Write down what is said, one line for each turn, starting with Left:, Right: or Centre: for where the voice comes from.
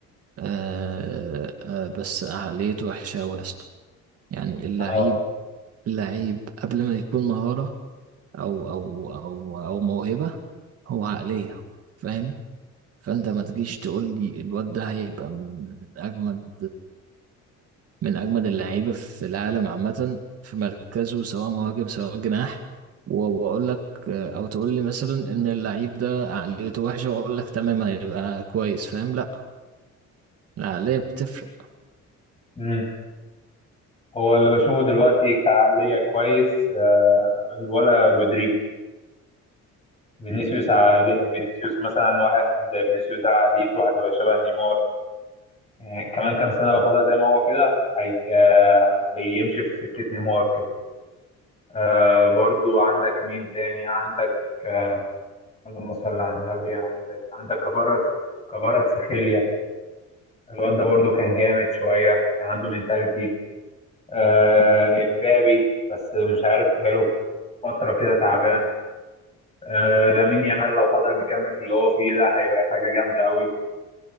Right: آه آه بس عقليته وحشة أوي يا اسطى يعني اللعيب
Left: اه
Right: اللعيب قبل ما يكون مهارة أو أو أو أو موهبة هو عقلية فاهم فأنت ما تجيش تقول لي الواد ده هيبقى من من أجمد من أجمد اللعيبة في العالم عامة في مركزه سواء مهاجم سواء جناح و- وأقول لك آه، أو تقول لي مثلا إن اللعيب ده عقليته وحشة وأقول لك تمام هيبقى كويس فاهم لأ العقلية بتفرق
Left: امم هو اللي بشوفه دلوقتي كعقلية كويس آه، الولا رودريجو فينيسيوس عقلي- فينيسيوس مثلا واحد فينيسيوس ده عقليته هتبقى شبه نيمار يعني كمان كام سنة لو فضل زي ما هو كده هي... آه، هيمشي في سكة نيمار كده آه برضو عندك مين تاني عندك آه اللهم صل على النبي عندك عندك كفارة كفارة سخيليا الواد ده برضو كان جامد شوية كان عنده مينتاليتي آه امبابي بس مش عارف بقاله فترة كده تعبان آه لامين يامال لو فضل مكمل في اللي هو فيه ده هيبقى حاجة جامدة قوي